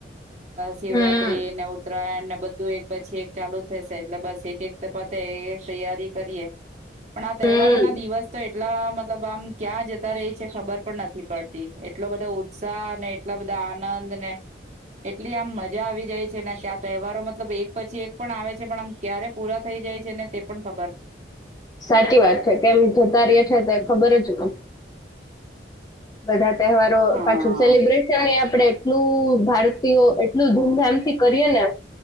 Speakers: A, on the right (about 40°); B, on the left (about 20°).
A: શિવરાત્રીને
B: હમ
A: ઉત્તરાયણ ને બધું એક પછી એક ચાલુ થશે એટલે બસ એક એક પતે એ તૈયારી કરીએ પણ આ તહેવારો
B: હમ
A: ના દિવસ તો એ એટલા મતલબ આમ ક્યાં જતા રહી છે ખબર પણ નથી પડતી એટલો બધો ઉત્સાહ ને એટલા બધા આનંદ ને એટલી આમ મજા આવી જાય છે ને કે આ તહેવારો મતલબ એક પછી એક પણ આવે છે પણ આમ ક્યારે પૂરા થઈ જાય છે ને તે પણ ખ
B: સાચી વાત છે કેમ જતા રય છે તો ખબર જ ન બધા તહેવારો
A: હા
B: પાછું સેલિબ્રેશન કર્યે અમે આપડે એટલું ભારતીયો એટલું ધૂમધામથી કરીએ ને